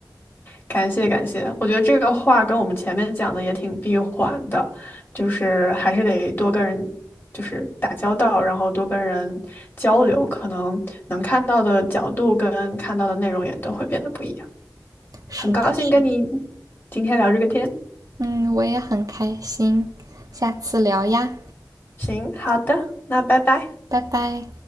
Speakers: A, on the left (about 30°); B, on the right (about 55°).
A: 感谢感谢，我觉得这个话跟我们前面讲的也挺闭环的，就是还是得多跟人就是打交道，然后多跟人交流，可能能看到的角度跟看到的内容也都会变得不一样。
B: 是的，
A: 很高兴跟你
B: 是的，
A: 今天聊这个天，
B: 嗯，我也很开心，下次聊呀，
A: 行，好的，那拜拜。
B: 拜拜。